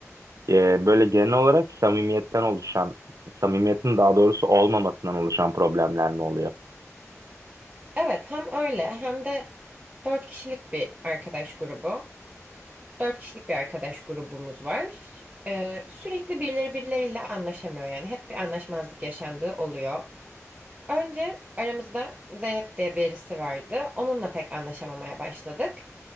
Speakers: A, on the right; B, on the right.
A: Ee, böyle genel olarak samimiyetten oluşan, samimiyetin daha doğrusu olmamasından oluşan problemler mi oluyor?
B: Evet, hem öyle hem de dört kişilik bir arkadaş grubu. Dört kişilik bir arkadaş grubumuz var. Ee, sürekli birileri birileriyle anlaşamıyor yani. Hep bir anlaşmazlık yaşandığı oluyor. Önce aramızda Zeynep diye birisi vardı. Onunla pek anlaşamamaya başladık.